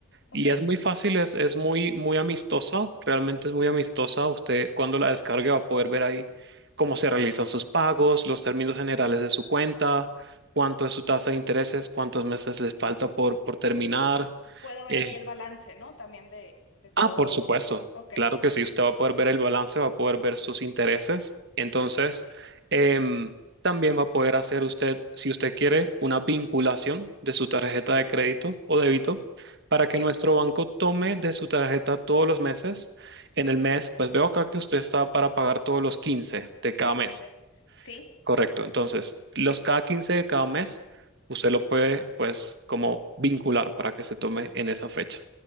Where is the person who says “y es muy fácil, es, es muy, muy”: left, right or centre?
Right